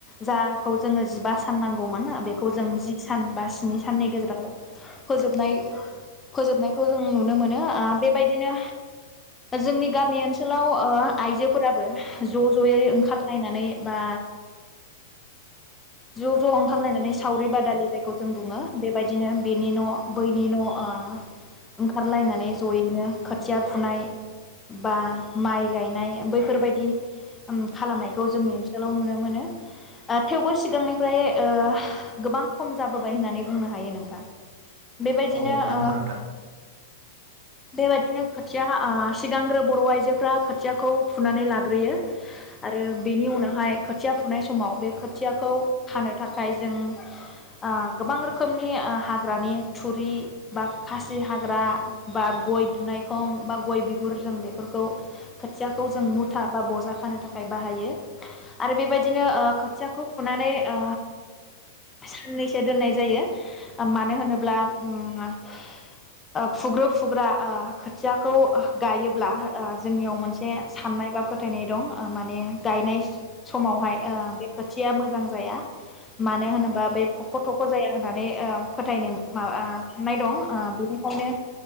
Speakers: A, on the left (about 15°); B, on the right (about 60°).
A: जाखौ जोङो जिबा सान नांगौमोन बेखौ जों जि सान बा स्नि साननि गेजेराव फोजोबनाय फोजोबनायखौ जों नुनो मोनो ओ बेबायदिनो जोंनि गामि ओनसोलाव ओ आइजोफोराबो ज जयै ओंखारलायनानै बा ज ज ओंखारलायनानै सावरि बादालि जायखौ जों बुङो बेबायदिनो बेनि न बैनि न ओ ओंखारलायनानै जयैनो खोथिया फुनाय बा माइ गायनाय बैफोरबायदि उम खालामनायखौ जोंनि ओनसोलाव नुनो मोनो ओ थेवबो सिगांनिफ्राय ओ गोबां खम जाबोबाय होननानै बुंनो हायो नोंथां। बेबायदिनो
B: औ नंगौ
A: ओ
B: नोंथां
A: बेबायदिनो खोथिया ओ सिगांग्रो बर आइजोफ्रा खोथियाखौ फुनानै लाग्रोयो आरो बेनि उनावहाय खोथिया फुनाय समाव बे खोथियाखौ खानो थाखाय जों ओ गोबां रोखोमनि ओ हाग्रानि थुरि बा खासि हाग्रा बा गय दुनायखं बा गय बिगुर जों बेफोरखौ खोथियाखौ जों मुथा बा बजा खानो थाखाय बाहायो आरो बेबायदिनो ओ खोथियाखौ फुनानै ओ साननैसो दोननाय जायो ओम मानो होनोब्ला ओम ओ फुग्रो फुग्रा ओ खोथियाखौ गायोब्ला ओ जोंनियाव मोनसे साननाय बा फोथायनाय दं ओ माने गायनाय समावहाय ओ बे खोथिया मोजां जाया मानो होनोबा बे थख थख जाया होननानै ओ फोथायनो मा बा आं साननाय दं। ओ बिनिखायनो